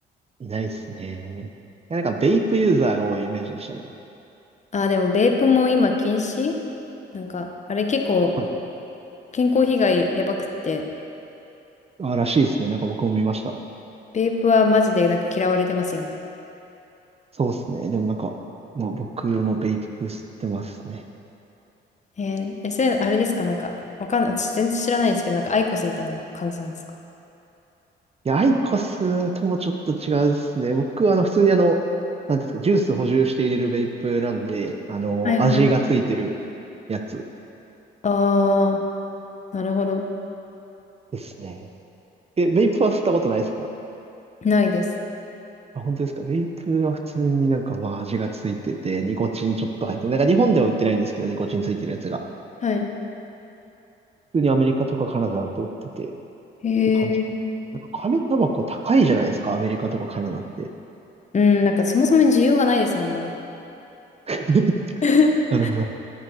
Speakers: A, on the right; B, on the left.
A: いないっすね。いや、なんか、ベイプユーザーが多いイメージでしたね。
B: ああでもベープも今禁止なんか、あれ結構
A: はい。
B: 健康被害やばくって、
A: あ、らしいですね。なんか僕も見ました。
B: ベープはマジでなんか嫌われてますよね。
A: そうっすね。でもなんか、まあ僕もベイプ吸ってますね。
B: えーえ、それ、あれですかなんか、わかんない。私全然知らないですけど、なんかアイコスみたいな感じなんですか
A: いや、アイコスともちょっと違うっすね。僕はあの、普通にあの、なんていうんですか、ジュース補充して入れるベイプなんで、あの、
B: はいはい。
A: 味がついてるやつ。
B: ああ、なるほど。
A: ですね。え、ベイプは吸ったことないですか
B: ないです。
A: あ、本当ですかベイプは普通になんかまあ味がついてて、ニコチンちょっと入ってて、なんか日本では売ってないんですけど、ニコチンついてるやつが。
B: はい。
A: 普通にアメリカとかカナダだと売っててっ
B: へえ。
A: て感じ。なんか紙タバコ高いじゃないですか、アメリカとかカナダって。
B: うん、なんかそもそも需要がないですもん、あんまり。
A: <laughs>
B: <laughs>
A: なるほど。